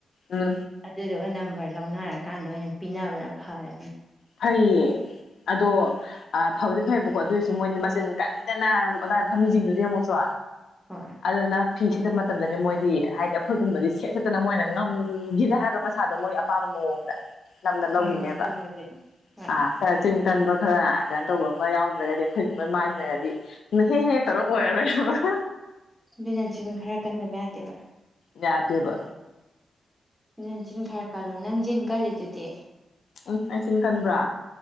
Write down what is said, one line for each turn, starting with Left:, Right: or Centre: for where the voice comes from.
Left: ꯎꯝ
Centre: ꯑꯗꯨꯗꯨꯒ ꯅꯝ ꯥꯍꯣꯏ ꯂꯧꯅꯔꯀꯥꯟꯗ ꯑꯣꯏꯅ ꯄꯤꯅꯕꯅ ꯐꯔꯦ
Left: ꯐꯩꯌꯦ ꯑꯗꯣ ꯐꯕꯗꯤ ꯐꯩꯌꯦꯕꯀꯣ ꯑꯗꯨ ꯑꯣꯏꯁꯨ ꯃꯣꯏꯗꯤ ꯃꯆꯤꯟ ꯀꯜꯂꯤꯗꯅ ꯑꯣꯗꯥꯥꯏ ꯐꯝꯃꯤꯁꯤꯡꯗꯨꯗꯤ ꯑꯃꯨꯛ ꯆꯨ
Centre: ꯍꯣꯏ
Left: ꯑꯗꯨꯅ ꯐꯤ ꯁꯦꯠꯇꯄ ꯃꯇꯝꯗꯅꯤ ꯃꯣꯏꯗꯤ ꯍꯥꯏꯗꯤ ꯑꯩꯈꯣꯏꯒꯨꯝꯕꯗꯤ ꯁꯦꯠ ꯁꯠꯇꯅ ꯃꯣꯏꯅ ꯉꯝ ꯒꯤꯖ ꯍꯥꯏꯕ ꯄꯩꯁꯥꯗꯣ ꯃꯣꯏ ꯑꯄꯥꯝꯕ ꯃꯑꯣꯡꯗ ꯂꯝꯅ ꯂꯧꯈꯤꯅꯦꯕ
Centre: ꯍꯣꯏ ꯍꯣꯏ ꯑꯗꯨꯕꯨꯗꯤ
Left: <unintelligible>
Centre: ꯍꯣꯏ
Left: ꯇꯟꯕ ꯈꯔ ꯀꯩꯅꯣ ꯇꯧꯕ ꯑꯃ ꯌꯥꯎꯗ꯭ꯔꯒꯗꯤ ꯑꯩꯈꯣꯏꯁꯨ ꯃꯣꯏ ꯃꯥꯏꯁꯤ꯭ꯔꯒꯗꯤ ꯍꯦꯛ ꯍꯦꯛ ꯇꯧꯔ ꯑꯣꯏꯔꯔꯣꯏꯕ <unintelligible>
Centre: ꯑꯗꯨꯅ ꯆꯤꯟ ꯈꯔ ꯀꯟꯗꯕ ꯌꯥꯗꯦꯕ
Left: ꯌꯥꯥꯇꯕ
Centre: ꯅ ꯆꯤꯟ ꯈꯔ ꯀꯜꯂꯣ ꯅꯪ ꯆꯤꯟ ꯀꯜꯂꯤꯗꯨꯗꯤ
Left: ꯎꯝ ꯑꯩ ꯆꯤꯟ ꯀꯟꯕ꯭ꯔꯥ